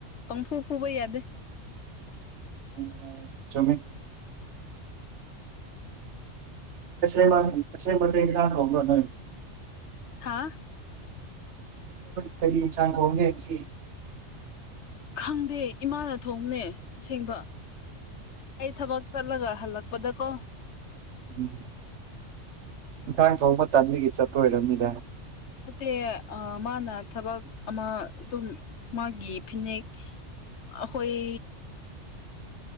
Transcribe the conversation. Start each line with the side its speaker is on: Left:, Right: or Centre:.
Left: ꯄꯪꯐꯨ ꯐꯨꯕ ꯌꯥꯗꯦ
Right: ꯎꯝ ꯆꯃꯤ ꯦ ꯃꯥ ꯃꯖꯥꯂ ꯅ
Left: ꯍꯥꯥ
Right: ꯀꯔꯤ ꯏ ꯆꯥꯡ ꯍꯒꯦꯁꯤ
Left: ꯈꯪꯗꯦ ꯏꯃꯥꯅ ꯊꯣꯡꯅꯦ ꯑꯁꯦꯡꯕ ꯑꯩ ꯊꯕꯛ ꯆꯠꯂꯒ ꯍꯜꯂꯛ ꯗꯀꯣ
Right: ꯎꯝ ꯉꯟꯥꯡ ꯐꯥꯎꯕ ꯇꯗꯨꯒꯤ ꯆꯠꯄ ꯑꯣꯏꯔꯝꯃꯤꯗ
Left: ꯅꯠꯇꯦ ꯃꯥꯅ ꯊꯕꯛ ꯑꯃ ꯑꯗꯨꯝ ꯃꯥꯒꯤ ꯐꯤꯅꯦꯛ ꯑꯩꯈꯣꯏ